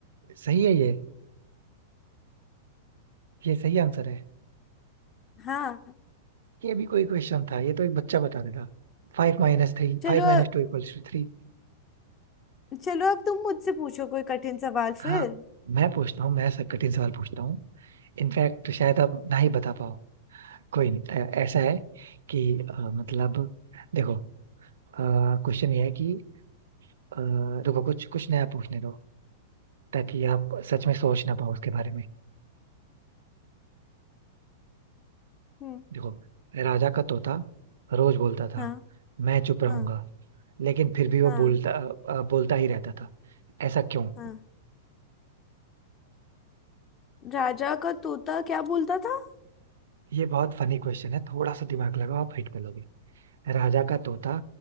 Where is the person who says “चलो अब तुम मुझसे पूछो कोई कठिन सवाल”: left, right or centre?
Left